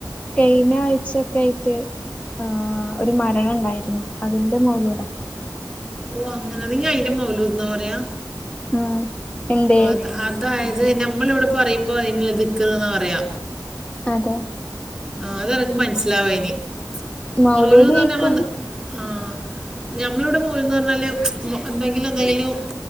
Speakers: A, on the left; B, in the centre.
A: കയ്ഞ്ഞ ആഴ്ച്ചക്കായ്റ്റ് ആഹ് ഒര് മരണണ്ടായ്രുന്നു അതിന്റെ മൗലൂതാ
B: ഓ അങ്ങനെ ന്നിങ്ങ അയ്നെ മൗലൂദ്ന്നാ പറയാ
A: ആഹ് എന്തേ
B: അത് അത് അതായത് നമ്മള്വ്ടെ പറയുമ്പോ അതിനിലെ ദിക്ക്റ് ന്നാ പറയാ
A: അതെ
B: ആ അതെനക്ക് മനസ്സിലാവായ്നീ
A: മൗലൂദ്
B: മൗലൂദ്ന്ന് പറഞാ
A: കഴിക്കും
B: ഞമ്മെന്താ ആഹ് ഞമ്മള്വ്ടെ മൗലൂദ് ന്നർഞ്ഞാല് ച് എന്തെങ്കിലും എന്തെങ്കിലും ഉ